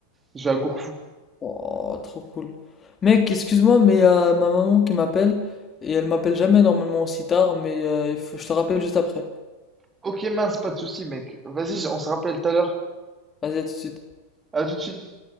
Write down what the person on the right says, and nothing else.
Je vais à Corfou.
Ok, mince, pas de souci, mec. Vas-y, on se rappelle tout à l'heure.
À tout de suite.